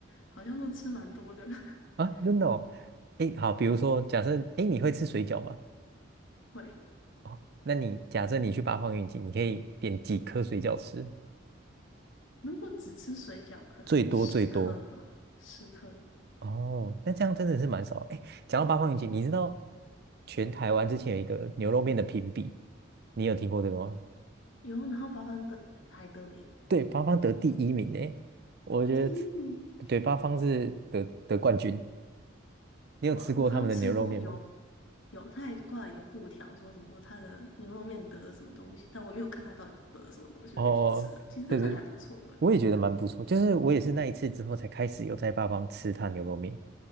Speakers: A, on the left; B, on the right.
A: 好像都吃蛮多的。<laughs>
B: 啊，真的哦。哎，好，比如说假设，哎，你会吃水饺吗？
A: 会，
B: 哦，那你假设你去八方云集，你可以点几颗水饺吃？
A: 如果只吃水饺，可能十颗吧，
B: 最多最多
A: 十颗。
B: 哦，那这样真的是蛮少的。哎，讲到八方云集，你知道全台湾之前有一个牛肉面的评比，你有听过这个吗？
A: 有，然后八方得还得名
B: 对，八方得第一名哎，我觉得
A: 第一名。
B: 对，八方是得得冠军。你有吃过他们的牛肉面吗？
A: 哇，我好像吃过有有，他还挂了一个布条，说什么他的牛肉面得了什么东西，但我没有看他到底得了什么东西，
B: 哦，
A: 我就去吃了。其实真的还不错哎、
B: 对对，我也觉得蛮不错。就是我也是那一次之后才开始有在八方吃他牛肉面，